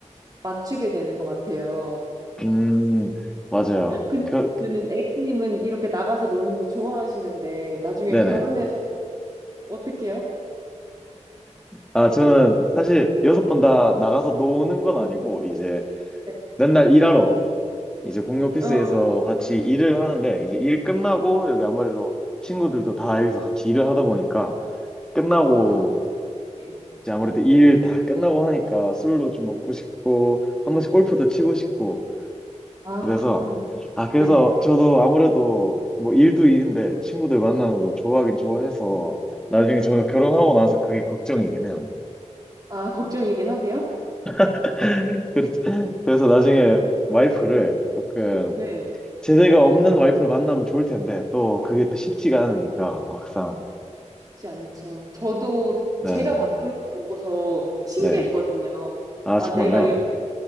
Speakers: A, on the right; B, in the centre.
A: 맞추게 되는 것 같아요.
B: 음, 맞아요.
A: 근데
B: 그,
A: 그러면은 A님은 이렇게 나가서 노는 거 좋아하시는데 나중에
B: 네네.
A: 결혼해서 어떡해요?
B: 아, 저는
A: 네.
B: 사실 여섯 번 다 나가서 노는 건 아니고, 이제
A: 네.
B: 맨날 일하러 이제 공유 오피스에서
A: 어.
B: 같이 일을 하는데 이제 일 끝나고 여기 아무래도 친구들도 다 여기서 같이 일을 하다 보니까 끝나고
A: 아, 네.
B: 이제 아무래도 일 다 끝나고 하니까 술도 좀 먹고 싶고 한 번씩 골프도 치고 싶고
A: 아,
B: 그래서 아 그래서
A: 네.
B: 저도 아무래도 뭐 일도 일인데 친구들 만나는 거 좋아하긴 좋아해서 나중에 저도 결혼하고 나서 그게 걱정이긴 해요.
A: 아, 걱정이긴 하세요?
B: <laughs> 그래서 그래서 나중에
A: 네.
B: 와이프를 조금
A: 네.
B: 제재가 없는 와이프를 만나면 좋을 텐데, 또 그게 또 쉽지가 않으니까, 막상.
A: 쉽지 않죠. 저도
B: 네,
A: 제가 바뀐 거 보고서 신기했거든요.
B: 네. 아,
A: 아,
B: 정말요?
A: 내가 이런